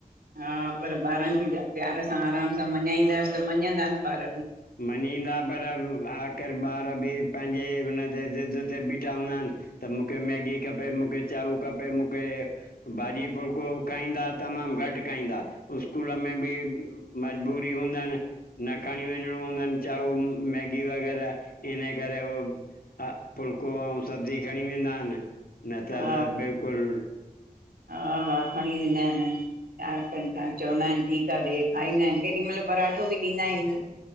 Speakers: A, on the right; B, on the left.
A: हा, पर ॿारनि खे प्यार सां आराम सां मञाईंदास त मञंदा न ॿार बि।
B: मञींदा पर आख़िर ॿार बि पंहिंजे हुन ते ज़िद ते बीठा हुंदा हिनि। त मुखे मैगी खपे, मुखे चाऊ खपे मुखे भाॼी फुलको खाईंदा तमामु घटि खाईंदा। स्कूल में बि मजबूरी हुंदन न खणीं वञिंणो हूंदन चाऊ, मैगी वग़ैरह इन करे हो हा, फुल्को अऊं सब्जी खणीं वेंदा हिनि, न त
A: हा
B: त बिल्कुलु
A: हा हा खणी वेंदा हिनि। छा कनि पांण चवंदा हिनि ठीक आ ॾे खाईंदा हिनि, केॾी मल पराठो बि ॾींदा आहियूंन।